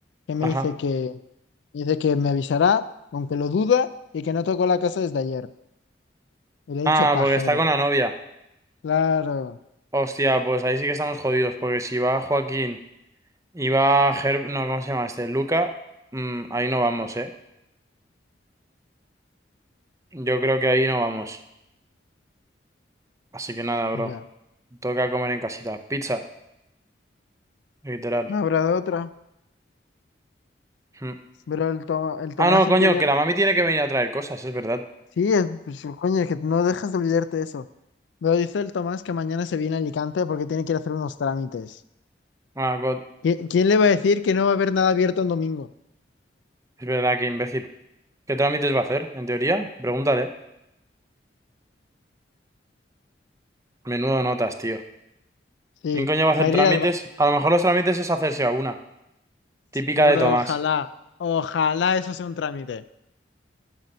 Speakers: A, on the left; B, on the right.
A: que me
B: Ajá.
A: dice que, dice que me avisará, aunque lo duda, y que no tocó la casa desde ayer. Y le he dicho
B: Ah,
A: pajero.
B: porque está con la novia.
A: Claro,
B: Hostia, pues ahí sí que estamos jodidos, porque si va Joaquín y va Herb... No, ¿cómo se llama este? Luca. mm, ahí no vamos, ¿eh? Yo creo que ahí no vamos. Así que nada, bro.
A: ya.
B: Toca comer en casita. Pizza, literal.
A: No habrá de otra.
B: Mm.
A: Pero el, To- el Tomás
B: Ah, no,
A: en
B: coño,
A: teoría...
B: que la mami tiene que venir a traer cosas, es verdad.
A: Sí, es, pues, coño, es que no dejas de olvidarte de eso. Pero dice el Tomás que mañana se viene a Alicante porque tiene que ir a hacer unos trámites.
B: Ah, God,
A: ¿Qui- ¿Quién, le va a decir que no va a haber nada abierto en domingo?
B: es verdad, que imbécil. ¿Qué trámites va a hacer, en teoría? Pregúntale. Menudo notas, tío.
A: Sí,
B: ¿Quién coño va a
A: para
B: hacer trámites?
A: ir al bar.
B: A lo mejor los trámites es hacerse a una. Típica
A: Bro,
B: de Tomás.
A: ojalá, ojalá eso sea un trámite.